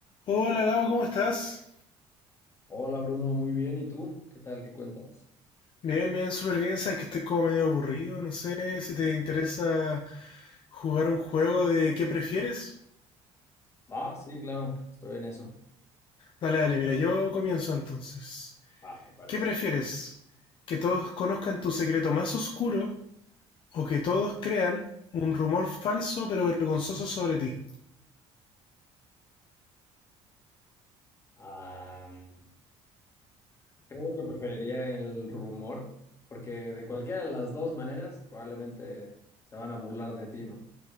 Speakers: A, on the left; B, on the left.
A: Hola Gabo, ¿cómo estás?
B: Hola Bruno, muy bien. ¿Y tú? ¿Qué tal? ¿Qué cuentas?
A: Bien, bien, súper bien. Sabes que estoy como medio aburrido. No sé si te interesa jugar un juego de qué prefieres.
B: Va, sí, claro, estoy en eso.
A: Dale, dale, mira, yo comienzo entonces.
B: Va, me parece.
A: ¿Qué prefieres? ¿Que todos conozcan tu secreto más oscuro o que todos crean un rumor falso pero vergonzoso sobre ti?
B: Am, creo que preferiría el rumor, porque de cualquiera de las dos maneras probablemente se van a burlar de ti, ¿no?